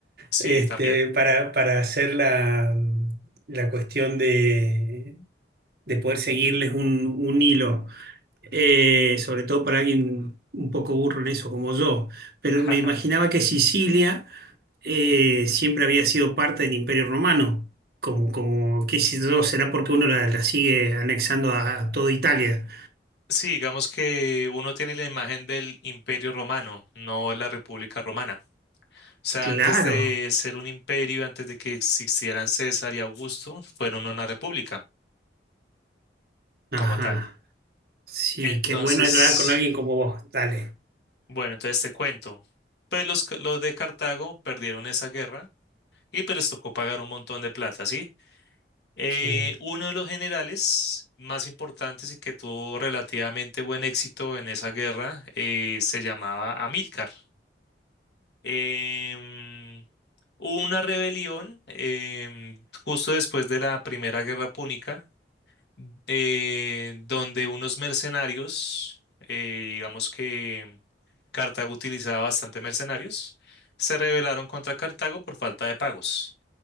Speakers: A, on the left; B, on the right.
A: sí,
B: este,
A: también.
B: para, para hacer la, la cuestión de, de poder seguirles un, un hilo eh, sobre todo para alguien un poco burro en eso como yo, pero
A: <laughs>
B: me imaginaba que Sicilia eh, siempre había sido parte del Imperio Romano, como, como qué sé yo, será porque uno la, la sigue anexando a, toda Italia.
A: Sí, digamos que uno tiene la imagen del Imperio Romano, no la República Romana. O sea,
B: Claro,
A: antes de ser un imperio, antes de que existieran César y Augusto, fueron una república
B: ajá,
A: como tal.
B: sí,
A: Entonces,
B: qué bueno es hablar con alguien como vos, dale.
A: bueno, entonces te cuento. Pues los, ca- los de Cartago perdieron esa guerra y pues les tocó pagar un montón de plata, ¿sí? Eh,
B: Sí,
A: uno de los generales más importantes y que tuvo relativamente buen éxito en esa guerra eh, se llamaba Amílcar. Em, hubo una rebelión em, justo después de la Primera Guerra Púnica, eh, donde unos mercenarios, eh, digamos que Cartago utilizaba bastante mercenarios, se rebelaron contra Cartago por falta de pagos.